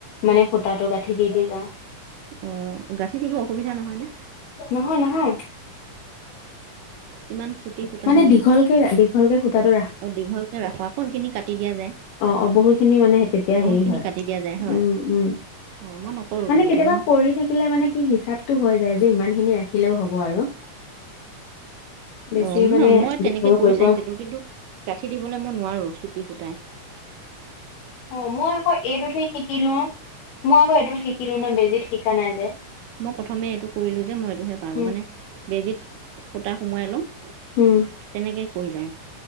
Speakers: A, on the left (about 85°); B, on the right (about 85°).
A: মানে সূতাটো গাঁঠি দি দি যাওঁ
B: অহ গাঁঠি দিব অসুবিধা নহয় নে?
A: নহয় নহয়।
B: ইমান চুটি সুতা
A: মানে
B: খিনি,
A: দীঘলকে দীঘলকে সূতাটো
B: অহ দীঘলকে ৰাখা আকৌ সেইখিনি কাটি দিয়া যায়
A: অহ অহ বহুতখিনি মানে তেতিয়া
B: বহুত
A: হেৰি
B: খিনি
A: হয়।
B: কাটি দিয়া যায় হয়।
A: উম উম
B: অ মই নকৰো
A: মানে
B: তেনেকে
A: কেতিয়াবা
B: মই
A: কৰি থাকিলে মানে কি হিচাপটো হৈ যায় যে ইমান খিনি ৰাখি থাকিলেও হ'ব আৰু বেছি
B: অঁ
A: মানে
B: ন মই
A: দীঘল
B: তেনেকৈ কৰি
A: কৰিব
B: চাইছিলো কিন্তু গাঁঠি দিবলৈ মই নোৱাৰো ছুটি সূতায়
A: অঁ মই আকৌ এইটোতহে শিকিলো মই আকৌ এইটোত শিকিলো ন বেজিত শিকা নাই যে
B: মই প্ৰথমে এইটো কৰিলো যে মই এইটোহে পাৰো
A: উম
B: মানে বেজীিত সূতা সোমোৱাই লওঁ
A: উম
B: তেনেকে কৰি যা